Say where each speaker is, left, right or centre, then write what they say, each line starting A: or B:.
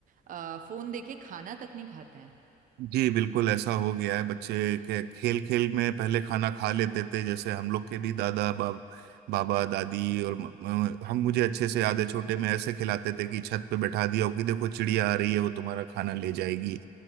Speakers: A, on the right; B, on the right.
A: आ, फोन देखे खाना तक नहीं खाते हैं
B: जी बिल्कुल ऐसा हो गया है बच्चे के खेल खेल में पहले खाना खा लेते थे जैसे हम लोग के भी दादा बाब बाबा दादी और म, म- हम मुझे अच्छे से याद है छोटे में ऐसे खिलाते थे कि छत पे बैठा दिया हो कि देखो चिड़िया आ रही है वो तुम्हारा खाना ले जाएगी